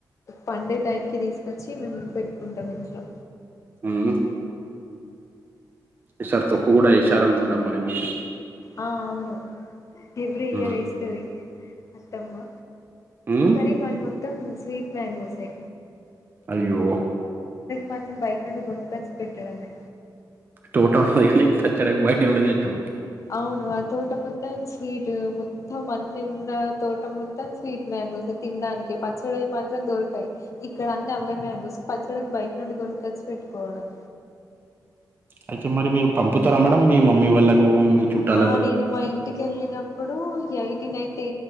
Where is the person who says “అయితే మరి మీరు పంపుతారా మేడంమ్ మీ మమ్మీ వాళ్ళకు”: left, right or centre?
Right